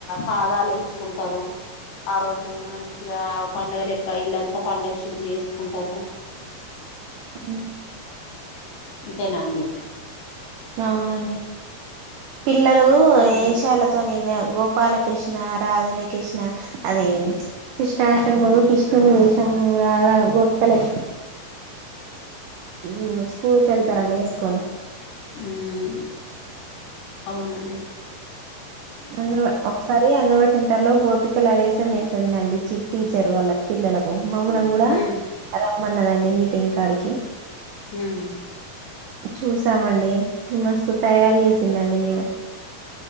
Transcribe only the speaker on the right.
అ
అవునండి పిల్లలు
ఏశాల తోని ఇగ గోపాలకృష్ణ రాధని కృష్ణ అది కృష్ణాష్టమి రోజు కృష్ణుని వేషం మ్మ్ రాధ గోపికలు <inaudible> స్కూల్ కి వెళ్తారండీ వేసుకొని
అంగన్ వా ఒకసారి అంగన్వాడి సెంట ర్లో గోపికల వేశం వేసిందండి చి టీచర్ వాళ్ళకు పిల్లలకు మమ్ములను కూడా
రమన్నదండి మీటింగ్ కాడికి
చూసామండి మస్తు తయారు చేసిందండి మేడం